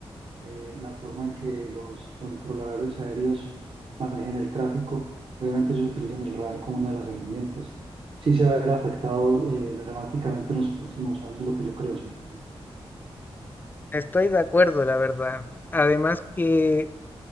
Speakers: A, on the right (about 55°); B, on the left (about 20°).
A: eh, la forma en que los controladores aéreos manejen el tráfico. Obviamente ellos utilizan el radar como una de las herramientas. Sí se va a ver afectado eh, dramáticamente en los próximos años, lo que yo creo, Sebastián.
B: Estoy de acuerdo, la verdad. Además que